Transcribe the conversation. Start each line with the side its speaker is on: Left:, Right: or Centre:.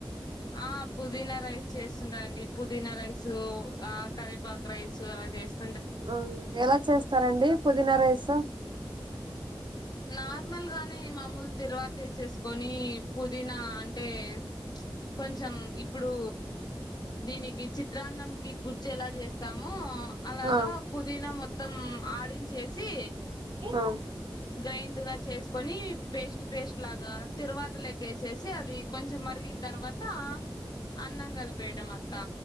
Left: ఆ పుదీనా రైస్ చేస్తుంట అండి పుదీనా రైసు ఆ కరేపాక్ రైస్‌ అలా చేస్త
Right: హుమ్ ఎలా చేస్తారండి పుదీనా రైసు
Left: నార్మల్ గానే మామూలు తిరువాతేసెస్ కొని పుదీనా అంటే ప్చ్ కొంచెం ఇప్పుడు దీనికి చిత్రాన్నంకి గుజ్జు ఎలా చేస్త చేస్తామో అలాగా
Right: ఆ
Left: పుదీనా మొత్తం మొత్తం ఆడించేసి
Right: ఆ ఆ
Left: గ్రైండ్ గా చేసుకొని పేస్ట్ పేస్ట్ లాగా తిరువాత లేకి యేసేసి అది కొంచెం మరిగిన తర్వాత అన్నం కలిపేయడం అక్కా